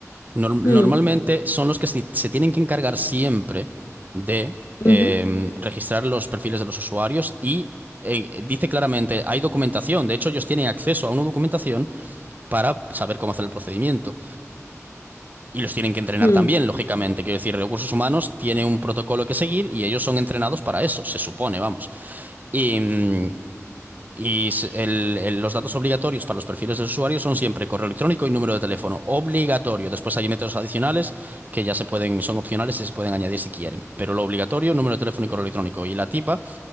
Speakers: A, on the right; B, on the left.
A: nor- normalmente
B: Mm,
A: son los que se, se tienen que encargar siempre de
B: ujú,
A: eh, registrar los perfiles de los usuarios y eh, dice claramente, hay documentación, de hecho ellos tienen acceso a una documentación para saber cómo hacer el procedimiento. Y los tienen que entrenar
B: mm,
A: también, lógicamente. Quiero decir, recursos humanos tiene un protocolo que seguir y ellos son entrenados para eso, se supone, vamos. Y, mm, y s- el- el- los datos obligatorios para los perfiles de usuario son siempre correo electrónico y número de teléfono. Obligatorio. Después hay métodos adicionales que ya se pueden, son opcionales y se pueden añadir si quieren. Pero lo obligatorio, número de teléfono y correo electrónico. Y la tipa